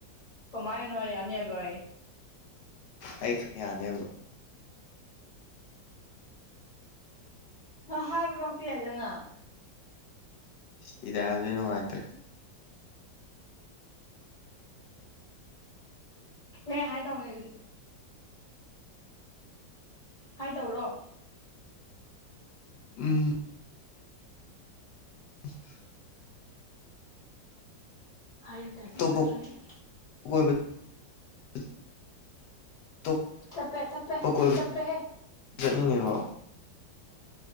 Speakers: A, on the left; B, on the left.
A: ꯀꯃꯥꯏꯅꯅꯣ ꯌꯥꯅꯤ ꯍꯥꯏꯕ ꯑꯌꯦ
B: ꯑꯩ ꯈꯛ ꯌꯥꯅꯦꯕ
A: ꯑꯗꯣ ꯍꯥꯏꯕꯕꯧꯇꯤ ꯌꯥꯏꯗꯅ
B: ꯁꯤꯗ ꯍꯥꯏꯕꯗꯤ ꯅꯨꯡꯉꯥꯏꯇꯦ
A: ꯍꯣꯔꯦꯟ ꯍꯥꯏꯗꯧꯅꯤ ꯑꯗꯨꯗꯤ ꯍꯥꯏꯗꯧꯔꯣ
B: ꯎꯝ <inaudible>
A: ꯍꯥꯏꯔꯛꯇ꯭ꯔꯥꯗꯤ
B: ꯑꯇꯣꯞꯄ
A: ꯐꯔꯣꯏꯍꯦ
B: ꯀꯣꯏꯕ <unintelligible>
A: ꯆꯞꯄꯦ ꯆꯞꯄꯦ
B: ꯀꯣꯏꯕ
A: ꯆꯞꯄꯦ ꯍꯦ
B: ꯆꯠꯅꯤꯡꯉꯤꯔꯣ